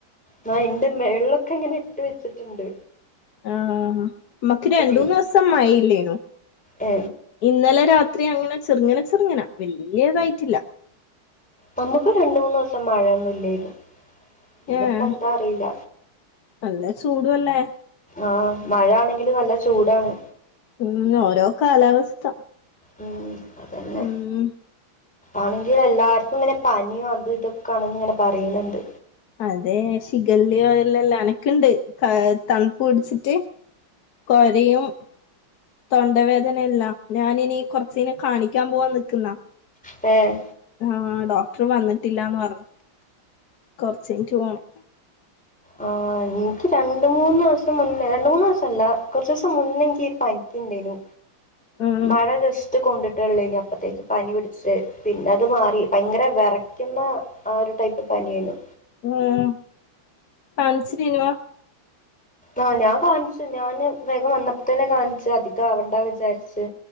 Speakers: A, in the centre; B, on the left.
A: നാ എന്റെ മെൾലൊക്കെ ഇങ്ങനെ ഇട്ട് വെച്ചിട്ടുണ്ട്
B: ആ നമ്മക്ക് രണ്ടൂന്ന്
A: പെയ്യ്-
B: ദിവസം മഴയില്ലേനു
A: ഏ,
B: ഇന്നലെ രാത് ത്രി അങ്ങനെ ചെറുങ്ങനെ ചെറുങ്ങന വല്ല്യതായിട്ടില്ല
A: നമ്മുക്ക് രണ്ട മൂന്ന് ദിവസം മഴയൊന്നും ഇല്ലാരുന്നു പിന്നപ്പ
B: ഏഹ്
A: എന്താ അറിയില്ല
B: നല്ല ചൂടുവല്ലേ
A: ആ മഴ ആണെങ്കില് നല്ല ചൂടാണ്
B: ഉം ഓരോ കാലാവസ്ഥ
A: ഉം അതന്നെ
B: ഉം
A: ആണെങ്കിൽ എല്ലാർക്കും ഇങ്ങനെ പനിയും അത് ഇതൊക്കൊണെന്ന് ഇങ്ങനെ പറയണ് ണ്ട്
B: അതെ ശിഖല്യോ എല്ലാംല്ലാം അനക്കുണ്ട് തണുപ്പ് പിടിച്ചിട്ട് കൊരയും തൊണ്ടവേദനയല്ല ഞാനിനി കൊറച്ച് നേരം കാണിക്കാൻ പോവാൻ നിക്ക്ന്ന
A: ഏ
B: ആ ഡോക്ടർ വന്നിട്ടില്ലാന്ന് പറഞ്ഞു കൊറച്ചയിഞ്ഞിട്ട് പോണം
A: ആ എനിക്ക് രണ്ട് മൂന്ന് ദിവസ മുന്നേ രണ്ട് മൂന്ന് ദിവസല്ല കുറച്ച് ദിവസം മുന്നെ നിക്ക് പനിക്കിണ്ടേനു
B: ഉം
A: മഴ ജസ്റ്റ് കൊണ്ടിട്ടേള്ളു അപ്പത്തേക്ക് പനി പിട ശെ പിന്നെ അത് മാറി ഭയങ്കര വിറക്കുന്ന ആ ഒരു ടൈപ്പ് പനിയാനു
B: ഉം കാണിച്ചരനു
A: ആഹ ഞാൻ കാണിച്ചു ഞാന് വേഗം വന്നപ്പോ തന്നെ കാണിച്ചു അധികം ആവണ്ട വിചാരിച്ച്